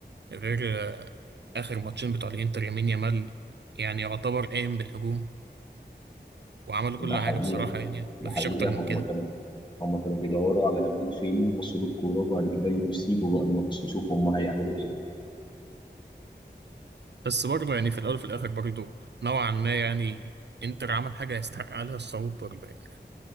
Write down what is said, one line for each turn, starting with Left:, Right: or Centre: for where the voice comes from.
Right: غير آه، آخر ماتشين بتوع الإنتر يمين يامال يعني يعتبر قايم بالهجوم وعملوا كل
Left: ده حقيقه
Right: حاجة بصراحة يعني
Left: ده
Right: مفيش
Left: حقيقه
Right: أكتر من
Left: هم
Right: كده
Left: كانوا هم كانوا بيدوروا على لامين فين يبصوا له الكوره وبعد كده يسيبوا بقى الماتش يشوفوا هم هيعملوا ايه
Right: بس برضه يعني في الأول وفي الآخر برضه نوعا ما يعني إنتر عمل حاجة يستحق عليها الصعود برضه يعني